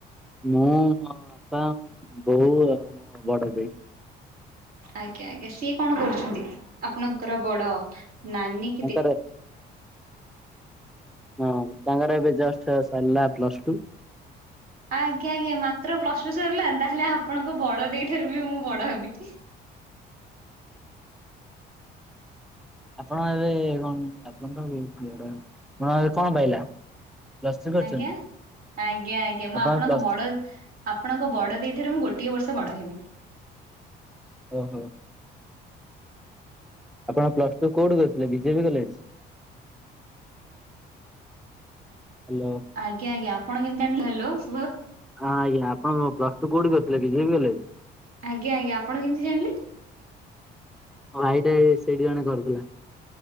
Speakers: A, in the centre; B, on the right.
A: ମୁଁ ମୋ ବାପା ବୋଉ ଆଉ ମୋ ବଡ଼ ଦେଇ।
B: ଆଜ୍ଞା ଆଜ୍ଞା ସିଏ କଣ କରୁଛନ୍ତି ଆପଣଙ୍କର ବଡ଼ ନାନୀ
A: ତାଙ୍କର ହଁ ତାଙ୍କର ଏବେ ଜଷ୍ଟ ସରିଲା ପ୍ଲସ୍ ଟୁ।
B: ଆଜ୍ଞା ଆଜ୍ଞା ମାତ୍ର ପ୍ଲସ୍ ଟୁ ସରିଲା ତାହେଲେ ଆପଣଙ୍କ ବଡ଼ ଦେଇ ଠାରୁ ବି ମୁଁ ବଡ଼ ହେବି।
A: ଆପଣ ଏବେ କଣ ଆପଣଙ୍କ <unintelligible> ଆପଣ କଣ ପାଇଲା? ପ୍ଲସ ଥ୍ରୀ କରିଛନ୍ତି
B: ଆଜ୍ଞା, ଆଜ୍ଞା ଆଜ୍ଞା ମୁଁ
A: ଆପଣ
B: ଆପଣଙ୍କ
A: ପ୍ଲସ୍
B: ବଡ଼ ଆପଣଙ୍କ ବଡ଼ ଦି ଠିରେ ମୁଁ ଗୋଟିଏ ବର୍ଷ ବଡ଼ ହେବି।
A: ଓ ହୋ। ଆପଣ ପ୍ଲସ୍ ଟୁ କୋଉଠି କରିଥିଲେ B J P college? Hello.
B: ଆଜ୍ଞା ଆଜ୍ଞା ଆପଣ କେମିତି ଆଣି ହ୍ୟାଲୋସ୍।
A: ହଁ ଆଜ୍ଞା ଆପଣ ପ୍ଲସ୍ ଟୁ କୋଉଠି କରିଥିଲେ ବି ଜେ ବି କଲେଜ୍?
B: ଆଜ୍ଞା ଆଜ୍ଞା ଆପଣ କେମିତି ଜାଣିଲେ?
A: ମୋ ଭାଇଟେ ସେଇଠି ଜଣେ କରୁଥିଲା।